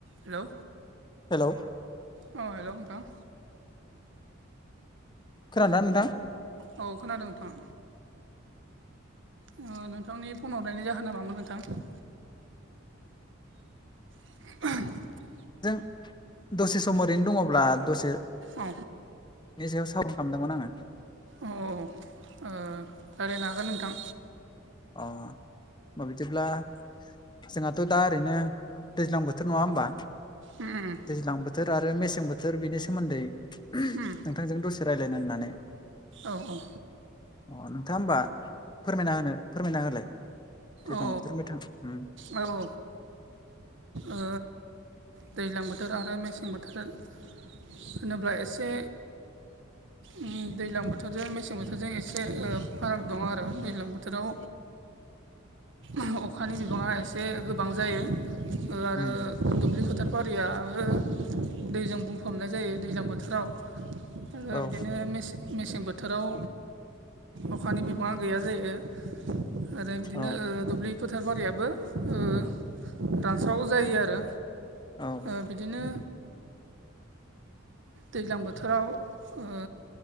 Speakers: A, on the right; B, on the left.
A: Hello.
B: Hello.
A: अ hello नोंथां।
B: खोनादोना नोंथां?
A: औ खोनादो नोंथां। ओ नोंथांनि फन हरनायनि जाहोना मामोन नोंथां? <unintelligible>
B: जों दसे सम ओरैनो दङ'ब्ला दसे
A: औ
B: <unintelligible> खामदोंमोन आङो।
A: औ ओ रायलानो हागोन नोंथां।
B: अ <unintelligible> बिदिब्ला जोंहाथ' दा ओरैनो दैज्लां बोथोर नङा होमबा?
A: उम उम
B: दैज्लां बोथोर आरो मेसें बोथोर बिनि सोमोन्दै <unintelligible>
A: उम
B: नोंथांजों दसे रायलायनो होननानै
A: औ औ।
B: अ नोंथाङा होमबा फोरमायना होनो फोरमायना होलाय। दैज्लां
A: औ
B: बोथोर मेथां उम
A: औ औ ओ दैज्लां बोथोर आरो मेसें बोथोर होनो होनोब्ला एसे उम दैज्लां बोथोरजों मेसें बोथोरजों एसे ओ फाराग दं आरो दैज्लां बोथोराव उम अखानि बिबाङा एसे गोबां जायो ओ आरो
B: उम
A: दुब्लि फोथार बारियाबो दैजों बुंफबनाय जायो दैज्लां बोथोराव ओ
B: औ
A: बिदिनो मेसे मेसें बोथोराव अखानि बिबाङा गैया जायो ओ बिदिनो
B: औ
A: ओ दुब्लि फोथार बारियाबो ओ रानस्राव जायो आरो।
B: औ।
A: ओ बिदिनो दैज्लां बोथोराव ओ